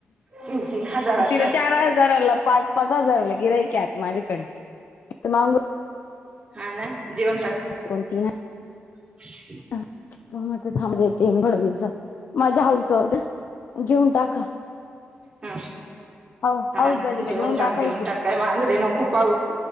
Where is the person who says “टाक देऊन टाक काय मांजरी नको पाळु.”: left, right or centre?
Right